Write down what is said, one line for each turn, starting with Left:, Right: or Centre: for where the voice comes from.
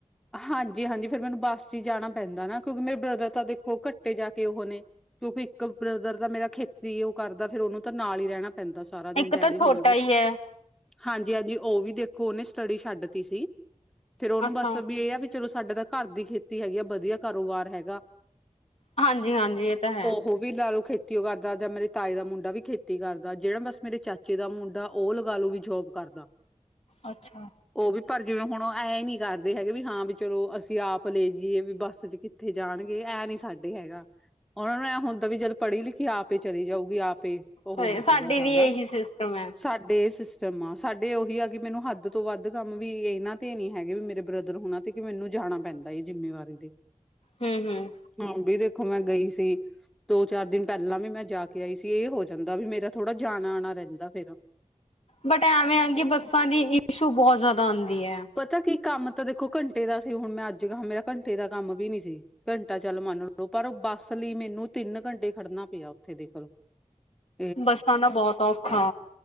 Centre: ਹਾਂਜੀ, ਹਾਂਜੀ ਫੇਰ ਮੈਨੂੰ ਬਾੱਸ ਚੀ ਜਾਣਾ ਪੈਂਦਾ ਨਾ ਕਿਉਂਕਿ ਮੇਰੇ ਬ੍ਰਦਰ ਤਾਂ ਦੇਖੋ ਘੱਟੇ ਜਾ ਕੇ ਓਹ ਨੇ। ਕਿਉਂਕਿ ਇੱਕ ਬ੍ਰਦਰ ਦਾ ਮੇਰਾ ਖੇਤੀ ਓ ਕਾਰਦਾ, ਫੇਰ ਓਹਨੂੰ ਤਾਂ ਨਾਲ ਈ ਰੈਣਾ ਪੈਂਦਾ ਸਾਰਾ ਦਿਨ
Left: ਇੱਕ
Centre: ਡੈਡੀ
Left: ਤਾਂ ਛੋਟਾ
Centre: ਹੁਨਾਂ ਦੇ।
Left: ਹੀ ਹੈ
Centre: ਹਾਂਜੀ, ਹਾਂਜੀ ਓ ਵੀ ਦੇਖੋ ਓਨੇ ਸਟੱਡੀ ਛੱਡਤੀ ਸੀ, ਫੇਰ ਓਨੂੰ
Left: ਅੱਛਾ
Centre: ਬਾੱਸ ਬੀ ਏ ਐ ਵੀ ਚਲੋ ਸਾਡੇ ਤਾਂ ਘਾਰ ਦੀ ਖੇਤੀ ਹੈਗੀ ਆ, ਬਦੀਆ ਕਾਰੋਬਾਰ ਹੈਗਾ।
Left: ਹਾਂਜੀ, ਹਾਂਜੀ ਏ ਤਾ ਹੈ।
Centre: ਉਹ ਵੀ ਲਾ ਲਓ ਖੇਤੀ ਕਰਦਾ ਜਾਂ ਮੇਰੇ ਤਾਈ ਦਾ ਮੁੰਡਾ ਵੀ ਖੇਤੀ ਕਰਦਾ। ਜਿਹੜਾ ਬਸ ਮੇਰੇ ਚਾਚੇ ਦਾ ਮੁੰਡਾ। ਉਹ ਲੱਗਾ ਲੋ ਵੀ ਜੋਬ ਕਰਦਾ।
Left: ਅੱਛਾ।
Centre: ਉਹ ਵੀ ਪਰ ਜਿਵੇਂ ਹੁਣ ਐ ਹੀ ਨਹੀਂ ਕਰਦੇ ਹੈਗੇ ਵੀ ਹਾਂ ਵੀ ਚਲੋ ਅਸੀਂ ਆਪ ਲੈ ਜਾਈਏ ਵੀ ਬੱਸ ਚ ਕਿ। ਇੱਥੇ ਜਾਣਗੇ ਇਹ ਨਹੀਂ ਸਾਡੇ ਹੈਗਾ‌। ਉਹਨਾਂ ਨੂੰ ਐਂ ਹੁੰਦਾ ਵੀ ਜਦ ਪੜ੍ਹੀ ਲਿਖੀ ਆਪੇ ਚੱਲੀ ਜਾਊਗੀ ਆਪੇ। ਉਹ
Left: ਹਾਏ
Centre: ਹੋਜੂਗਾ
Left: ਸਾਡੇ
Centre: ਸਾਰਾ
Left: ਵੀ ਇਹੀ ਸਿਸਟਮ ਹੈ।
Centre: ਸਾਡੇ ਇਹ ਸਿਸਟਮ ਆ ਸਾਡੇ ਉਹੀ ਆ ਕਿ ਮੈਨੂੰ ਹੱਦ ਤੋਂ ਵੱਧ ਕੰਮ ਵੀ ਇਹਨਾਂ ਤੇ ਨਹੀਂ ਹੈਗੇ ਵੀ ਮੇਰੇ ਬ੍ਰਦਰ ਹੁਣਾ। ਤੇ ਕਿ ਮੈਨੂੰ ਜਾਣਾ ਪੈਂਦਾ ਹੈ ਜਿੰਮੇਵਾਰੀ ਦੇ।
Left: ਹਮ ਹਮ।
Centre: ਹਾਂਜੀ ਦੇਖੋ ਮੈਂ ਗਈ ਸੀ। ਦੋ ਚਾਰ ਦਿਨ ਪਹਿਲਾਂ ਵੀ ਮੈਂ ਜਾ ਕੇ ਆਈ ਸੀ ਇਹ ਹੋ ਜਾਂਦਾ ਵੀ ਮੇਰਾ ਥੋੜ੍ਹਾ ਜਾਣਾ ਆਉਣਾ ਰਹਿੰਦਾ ਫਿਰ।
Left: ਬਟ ਐਵੇਂ ਆ ਕਿ ਬੱਸਾਂ ਦੀ ਇਚੂ ਬਹੋਤ ਜ਼ਿਆਦਾ ਆਉਂਦੀ ਹੈ।
Centre: ਪਤਾ ਕਿ ਕੰਮ ਤਾਂ ਦੇਖੋ ਘੰਟੇ ਦਾ ਸੀ ਹੁਣ ਮੈਂ ਅੱਜ ਮੇਰਾ ਘੰਟੇ ਦਾ ਕੰਮ ਵੀ ਨੀ ਸੀ। ਘੰਟਾ ਚੱਲ ਮੰਨ ਲੋ ਪਰ ਬੱਸ ਲਈ ਮੈਨੂੰ ਤਿੰਨ ਘੰਟੇ ਖੜਨਾ ਪਿਆ ਉੱਥੇ ਦੇਖਲੋ। <inaudible>
Left: ਬੱਸਾਂ ਦਾ ਬਹੋਤ ਔਖਾ।